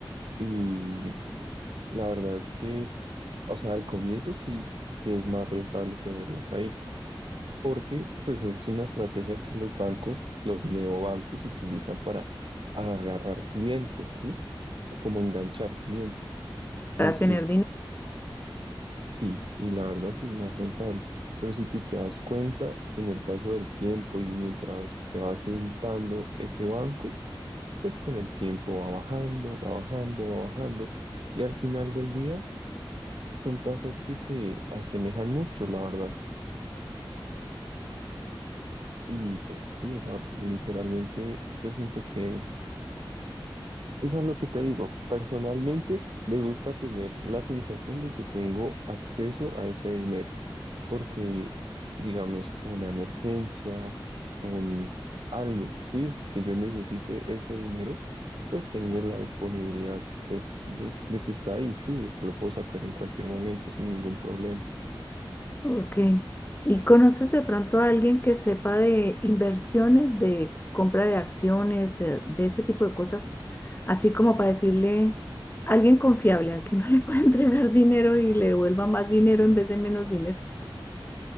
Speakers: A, on the right; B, on the left.
A: y la verdad es que, o sea, al comienzo sí, sí es más rentable tenerlas ahí, porque pues es una estrategia que los bancos, los neobancos utilizan para agarrar clientes, ¿sí? Como enganchar clientes. Y
B: para
A: sí,
B: tener dinero.
A: sí, y la verdad sí es más rentable. Pero si tú te das cuenta con el paso del tiempo y mientras se va sentando ese banco, pues con el tiempo va bajando, va bajando, va bajando. Y al final del día son tasas que se asemejan mucho, la verdad. Y pues sí, o sea, literalmente yo siento que es, eso es lo que te digo. Personalmente me gusta tener la sensación de que tengo acceso a ese dinero, porque digamos una emergencia, un algo, sí, que yo necesite ese dinero, pues tengo la disponibilidad de, de, de que está ahí, sí, de que lo puedo sacar en cualquier momento sin ningún problema.
B: Ok. ¿Y conoces de pronto a alguien que sepa de inversiones, de compra de acciones, eh, de ese tipo de cosas? Así como para decirle, alguien confiable al que uno <laughs> le puede entregar dinero y le devuelva más dinero en vez de menos dinero.